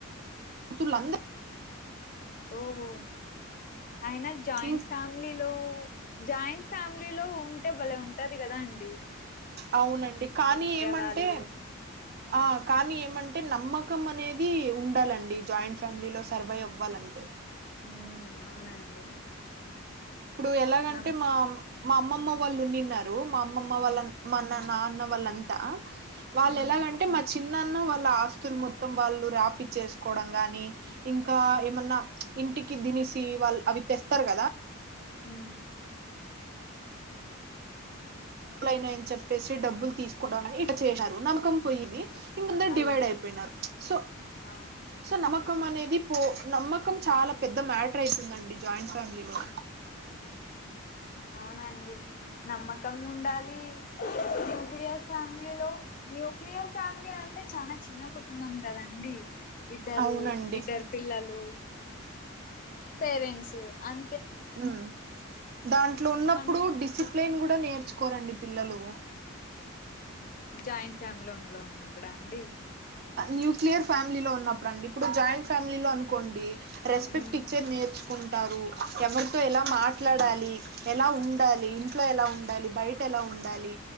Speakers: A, on the right; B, on the left.
A: పంతులు అంద
B: ఓహో అయినా జాయింట్
A: ఇం
B: ఫ్యామిలీలో జాయింట్ ఫ్యామిలీ లో ఉంటే భలే ఉంటాది కదా రాండి
A: అవునండి కానీ ఏమంటే
B: వాళ్ళు
A: ఆ కానీ ఏమ్ అంటే నమ్మకం అనేది ఉండాలండి జాయింట్ ఫ్యామిలీలో సర్వైవ్ అవ్వాలంటే
B: ఉ అవునండి
A: ఇప్పుడు ఎలాగంటే
B: నమ్
A: మా మా అమ్మమ్మ వాళ్ళు ఉండిన్నారు మాఅమ్మామ్మ వాళ్ళంమ్
B: ఉమ్
A: మన నాన్న వాళ్ళం తా వాళ్ళు
B: ఉమ్
A: ఎలాగంటే మా చిన్ నన్ను వాళ్ళ ఆస్తులు మొత్తం వాళ్ళు రాపి చేసుకోవడం గాని ఇంకా ఏమన్నా ఇంటికి దినిసి వాళ్ళు అవి తెస్తారు కదా
B: మ్మ్
A: అప్పులు అయినాయని చెప్పేసి డబ్బులు తీసుకు <unintelligible> ని ఇ చేసారు నమ్మకం పోయింది అందరు
B: అయ్యో
A: డివైడ్ అయిపోయినారు సో
B: ఆ
A: సో నమ్మకం అనేది తో నమ్మకం చాలా పెద్ద మ్యాటర్ అయితుందండి జాయింట్ ఫ్యామిలీలో
B: అవునం డి నమ్మకం ఉండాలి న్యూక్లియస్ ఫ్యామిలిలో న్యూక్లియస్ ఫ్యామిలీ అంటే చాలా చిన్న కుటుంబం కదండి ఇద్దరు
A: అవునండి
B: ఇద్దరు పిల్లలు పేరెంట్స్ అం
A: హు దాంట్లో ఉన్నప్పుడు
B: మన
A: డిసిప్ ప్లేన్ కూడా నేర్చుకోరండి పిల్లలు
B: జాయింట్ ఫ్యామిలీ ఉన్లో ఉన్నప్పుడా అండి
A: న్యూక్లియర్ ఫ్యామిలీలో ఉన్నప్పుడు అండి ఇప్పుడు జాయింట్ ఫ్యామిలీలో అనుకోండి రెస్పెక్ట్
B: మ్మ్
A: ఇచ్చేది నేర్చుకుం ంటారు ఎవరితో ఎలా మాట్ ట్లాడాలి ఎలా ఉండాలి ఇంట్లో ఎలా ఉండాలి బయట ఎలా ఉండాలి